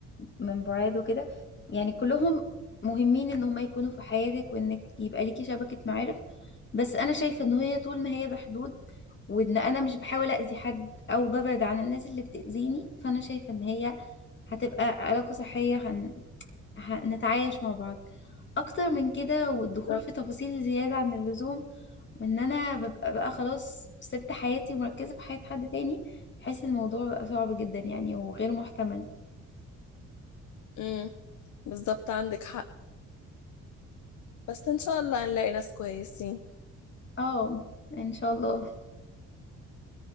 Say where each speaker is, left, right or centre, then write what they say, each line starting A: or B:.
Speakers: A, on the left (about 40°); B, on the left (about 70°).
A: من بعاد وكده يعني كلهم مهمين ان هم يكونوا في حياتك وانك يبقى ليكي شبكة معارف بس انا شايفة ان هي طول ما هي بحدود وان انا مش بحاول اذي حد او ببعد عن الناس اللي بتأذيني فانا شايفة ان هي هتبقى علاقة صحية هن... هنتعايش مع بعض اكتر من كده والدخول
B: بالظبط
A: في تفاصيل زيادة عن اللزوم وان انا ببقى بقى خلاص سبت حياتي ومركزة في حياة حد تاني بحس إن الموضوع بقى صعب جدا يعني وغير محتمل
B: امم بالظبط عندك حق بس ان شاء الله هنلاقي ناس كويسين
A: اه ان شاء الله